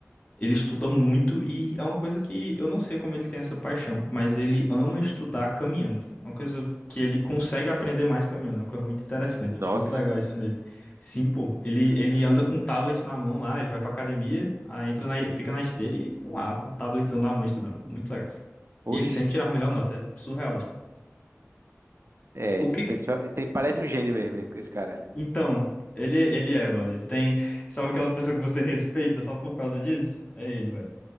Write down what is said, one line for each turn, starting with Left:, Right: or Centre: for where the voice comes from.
Left: Ele estuda muito e é uma coisa que eu não sei como ele tem essa paixão, mas ele ama estudar caminhando. É uma coisa que ele consegue aprender mais caminhando, é uma coisa muito interessante.
Right: Nossa.
Left: Acho muito legal isso nele. Sim, pô. Ele, ele anda com um tablet na mão lá, ele vai pra academia, aí entra na, fica na esteira e aí com lá, com um tabletzão na mão estudando. Pô, Muito legal. E
Right: Oxe.
Left: ele sempre tira a melhor nota, é surreal isso.
Right: É,
Left: O
Right: esse
Left: que,
Right: pessoal.
Left: que-
Right: Tem, parece um gênio mesmo, esse cara.
Left: Então, ele, ele é, mano. Ele tem. Sabe aquela pessoa que você respeita só por causa disso? É ele, velho.